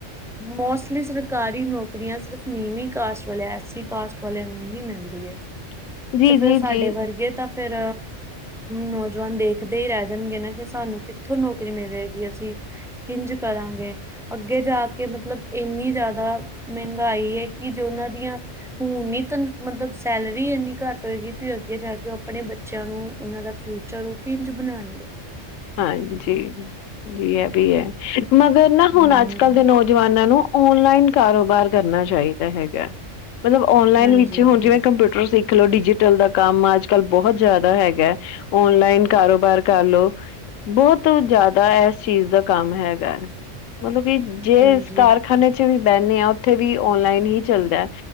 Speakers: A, in the centre; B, on the left.
A: ਮੋਸਟਲੀ ਸਰਕਾਰੀ ਨੌਕਰੀਆਂ ਸਿਰਫ ਨੀਂਵੀ ਕਾਸਟ ਵਾਲੇਆਂ, ਐਸ-ਸੀ ਕਾਸਟ ਵਾਲੇਆਂ ਨੂੰ ਹੀ ਮਿਲਦੀ ਐ
B: <inaudible>
A: ਤੇ ਫੇਰ
B: ਜੀ
A: ਸਾਡੇ
B: ਜੀ
A: ਵਰਗੇ ਤਾਂ ਫੇਰ ਨੌਜਵਾਨ ਦੇਖਦੇ ਈ ਰੈਹ ਜਾਨਗੇ ਨਾ, ਕਿ ਸਾਨੂੰ ਕਿੱਥੋਂ ਨੌਕਰੀ ਮਿਲੇਗੀ ਅਸੀਂ ਕਿੰਜ ਕਰਾਂਗੇ, ਅੱਗੇ ਜਾ ਕੇ ਮਤਲਬ ਏਨੀ ਜਾਦਾ ਮੇਂਗਾਈ ਐ ਕਿ ਜੋ ਓਨਾਂ ਦੀਆਂ ਹੁਨੀ ਤ ਮਤਲਬ ਸੈਲਰੀ ਏਨੀ ਘੱਟ ਹੋਏਗੀ ਤੇ ਅੱਗੇ ਜਾ ਕੇ ਓ ਆਪਨੇ ਬੱ ਚੇਆਂ ਨੂੰ, ਓਨਾਂ ਦਾ ਫਿਊਚਰ ਓ ਕਿੰਜ ਬਨਾਂਨਗੇ।
B: ਹਾਂਜੀ, ਜੀ ਏ ਵੀ ਐ ਮਗਰ ਨਾ ਹੁਨ
A: ਹਮ
B: ਅੱਜ-ਕੱਲ ਦੇ ਨੌਜਵਾਨਾਂ ਨੂੰ ਓਨਲਾਈਨ ਕਾਰੋਬਾਰ ਕਰਨਾ ਚਾਹੀਦੈ ਹੈਗਾ ਮਤਲਬ ਓਨਲਾਈਨ
A: ਹਾਂਜੀ
B: ਵਿੱਚ ਹੁਨ ਜਿਵੇਂ ਕੰਪਿਊਟਰ ਸਿੱਖ ਲਓ, ਡਿਜੀਟਲ ਦਾ ਕੰਮ ਅੱਜ-ਕੱਲ ਬੋਹਤ ਜਾਦਾ ਹੈਗੈ। ਓਨਲਾਈਨ ਕਾਰੋਬਾਰ ਕਰ ਲੋ। ਬੋਤ ਜਾਦਾ ਏਸ ਚੀਜ ਦਾ ਕੰਮ ਹੈਗੈ ਮਤਲਬ ਕਿ ਜੇ
A: ਹਾਂਜੀ
B: ਏਸ ਕਾਰਖਾਨੇ ਜਿੱਥੇ ਵੀ ਬੈਨੇ ਆਂ, ਓਥੇ ਵੀ ਓਨਲਾਈਨ ਈ ਚੱਲਦੈ